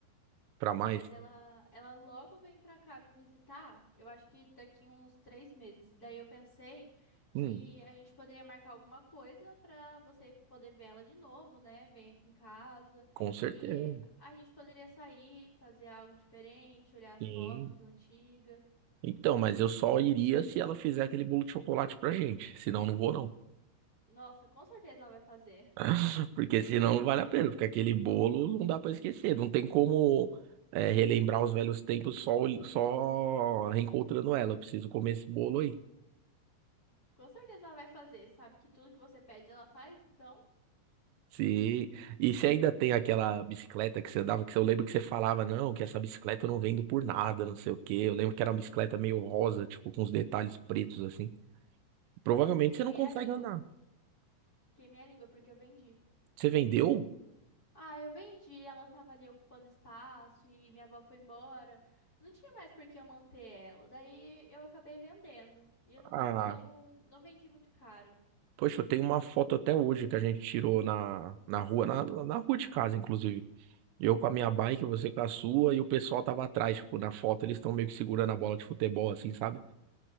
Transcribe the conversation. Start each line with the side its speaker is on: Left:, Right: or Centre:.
Right: pra mais.
Left: Mas ela, ela logo vem pra cá me visitar, eu acho que daqui uns três meses. Daí eu pensei que
Right: Hum,
Left: a gente poderia marcar alguma coisa pra você poder ver ela de novo, né? Vem aqui em casa.
Right: com certeza.
Left: E a gente poderia sair, fazer algo diferente, olhar as
Right: Sim.
Left: fotos antigas.
Right: Então, mas eu só iria se ela fizer aquele bolo de chocolate pra gente. Senão, não vou, não.
Left: Nossa, com certeza ela vai fazer. <laughs>
Right: <laughs> Porque senão não vale a pena. Porque aquele bolo não dá pra esquecer. Não tem como. é, relembrar os velhos tempos só, ol- só reencontrando ela. Eu preciso comer esse bolo aí.
Left: Com certeza ela vai fazer. Sabe que tudo que você pede ela faz, então.
Right: Sim. E você ainda tem aquela bicicleta que você dava, que você- eu lembro que você falava, não, que essa bicicleta eu não vendo por nada, não sei o quê. Eu lembro que era uma bicicleta meio rosa, tipo, com os detalhes pretos, assim. Provavelmente
Left: Nossa, eu queimei
Right: você não consegue
Left: a língua.
Right: andar.
Left: Queimei a língua porque eu vendi.
Right: Você vendeu?
Left: Ah, eu vendi, ela tava ali ocupando espaço e minha avó foi embora. Não tinha mais por que eu manter ela. Daí eu acabei vendendo. E eu
Right: Ah,
Left: não vendi, eu não, não vendi muito caro.
Right: poxa, eu tenho uma foto até hoje que a gente tirou na, na rua, na, na rua de casa, inclusive. Eu com a minha bike, você com a sua, e o pessoal tava atrás, tipo, na foto eles estão meio que segurando a bola de futebol, assim, sabe?